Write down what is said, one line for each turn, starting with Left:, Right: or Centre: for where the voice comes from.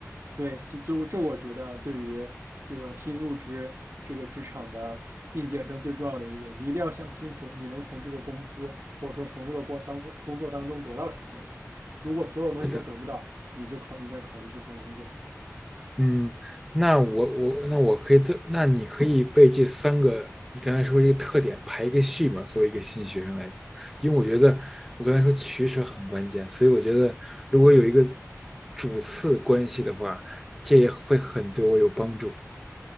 Right: 所以这就这，我觉得对于这个新入职这个职场的应届生最重要的一点，你一定要想清楚，你能从这个公司或者说从这个工当工作当中得到什么内容。如果所有东西都得不到，
Centre: 是的，
Right: 你就考应该考虑去换工作。
Centre: 嗯，那我我那我可以这，那你可以被这三个你刚才说这个特点排一个序嘛？作为一个新学生来讲，因为我觉得我刚才说取舍很关键，所以我觉得如果有一个主次关系的话，这也会很对我有帮助。